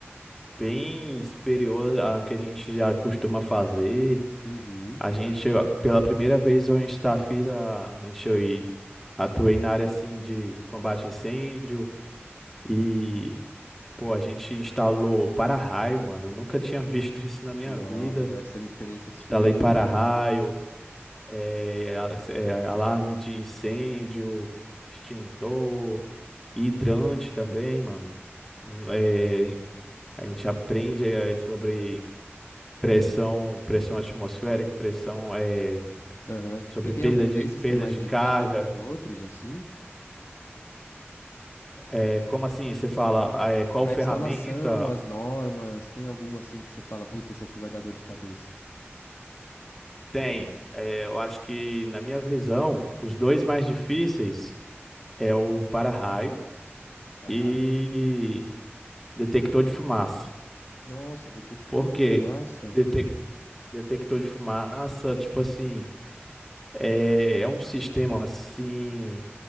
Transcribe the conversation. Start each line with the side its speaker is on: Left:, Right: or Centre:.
Centre: bem superior à que a gente já costuma fazer.
Left: Uhum.
Centre: A gente, pela primeira vez, eu está fiz a, a gente, eu atuei na área, assim, de combate a incêndio e, pô, a gente instalou para-raio, mano, eu nunca tinha <laughs> visto isso na minha
Left: Nossa,
Centre: vida.
Left: deve ser uma experiência super
Centre: Instalei
Left: diferente,
Centre: para-raio,
Left: né?
Centre: é, a- é, alarme de incêndio, extintor, hidrante também, mano. Hum, é, a gente aprende é, sobre pressão, pressão atmosférica, pressão é,
Left: Aham.
Centre: sobre
Left: E tem
Centre: perda
Left: algum
Centre: de,
Left: desses
Centre: perda
Left: que é mais
Centre: de
Left: difícil
Centre: carga.
Left: que os outros, assim?
Centre: É, como assim? Você fala, ah, é, qual
Left: A
Centre: ferramenta
Left: instalação, as normas, tem algum assim que você fala, putz, esse aqui vai dar dor de cabeça?
Centre: tem? É, eu acho que, na minha visão, os dois mais difíceis é o para-raio
Left: Tá.
Centre: e detector de fumaça.
Left: Nossa, detector
Centre: Porque
Left: de fumaça?
Centre: detec- detector de fumaça, tipo assim, é, é um sistema assim